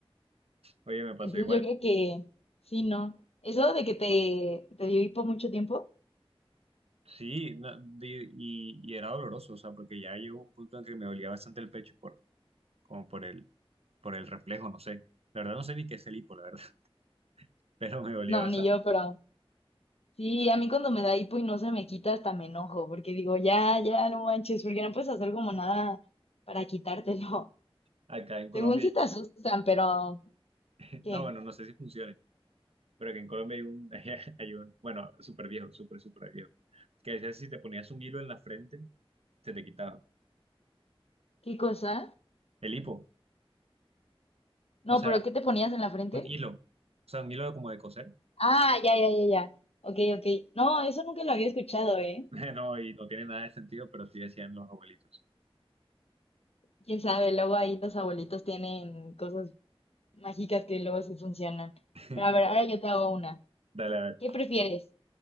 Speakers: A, on the right; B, on the left.
A: Oye, me pasó
B: Entonces
A: igual
B: yo creo que sí, no. Eso de que te, te dio hipo mucho tiempo,
A: Sí, no, di- y, y era doloroso, o sea, porque ya llegó un punto en que me dolía bastante el pecho por, como por el, por el reflejo, no sé. La verdad no sé ni qué es el hipo, la verdad, <laughs> pero me dolía
B: no,
A: bastante.
B: ni yo, pero Sí, a mí cuando me da hipo y no se me quita, hasta me enojo, porque digo, ya, ya, no manches, porque no puedes hacer como nada para quitártelo. <laughs>
A: Acá en Colombia,
B: Según si te asustan, pero
A: <laughs>
B: ¿qué?
A: no, bueno, no sé si funcione, pero que en Colombia hay un, <laughs> hay un, bueno, súper viejo, súper, súper viejo, que decía si te ponías un hilo en la frente, se te quitaba.
B: ¿Qué cosa?
A: El hipo,
B: No,
A: o sea,
B: pero ¿qué te ponías en la frente?
A: un hilo, o sea, un hilo como de coser.
B: Ah, ya, ya, ya, ya. Ok, ok. No, eso nunca lo había escuchado, ¿eh?
A: <laughs> No, y no tiene nada de sentido, pero sí decían los abuelitos.
B: Quién sabe, luego ahí los abuelitos tienen cosas mágicas que luego sí funcionan.
A: <laughs>
B: Pero a ver, ahora yo te hago una.
A: Dale, a ver.
B: ¿Qué prefieres?